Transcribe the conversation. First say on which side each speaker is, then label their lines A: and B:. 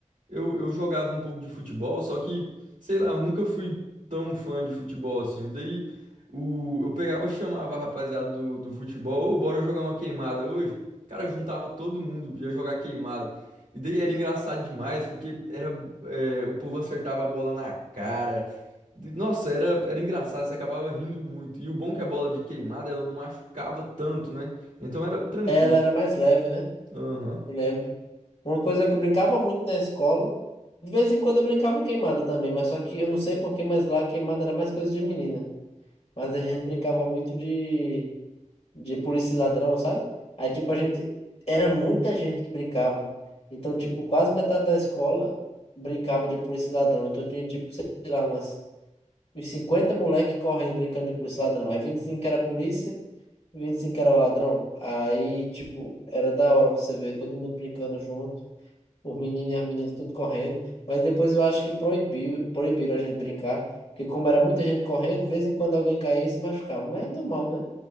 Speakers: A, on the right; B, on the left.
A: Eu, eu jogava um pouco de futebol, só que, sei lá, eu nunca fui tão fã de futebol assim. Daí o, eu pegava, chamava a rapaziada do, do futebol, ô, bora jogar uma queimada hoje? Cara, juntava todo mundo, ia jogar queimada. E daí era engraçado demais, porque era, é, o povo acertava a bola na cara. De- Nossa, era, era engraçado, você acabava rindo muito. E o bom é que a bola de queimada, ela não machucava tanto, né? Então era tranquilo.
B: Ela era mais leve, né?
A: Aham.
B: Eu lembro. Uma coisa que eu brincava muito na escola, de vez em quando eu brincava queimada também, mas só que eu não sei por que, mas lá queimada era mais coisa de menina. Mas a gente brincava muito de, de polícia e ladrão, sabe? Aí, tipo, a gente. Era muita gente que brincava. Então, tipo, quase metade da escola brincava de polícia e ladrão. Então tinha, tipo, sei lá, umas, uns 50 moleque correndo brincando de polícia e ladrão. Aí 25 era polícia. 25 era ladrão. Aí, tipo, era da hora você ver todo mundo brincando junto, os meninos e as meninas tudo correndo. Mas depois eu acho que proibiu, proibiram a gente brincar, porque como era muita gente correndo, de vez em quando alguém caía e se machucava. Mas é normal, né?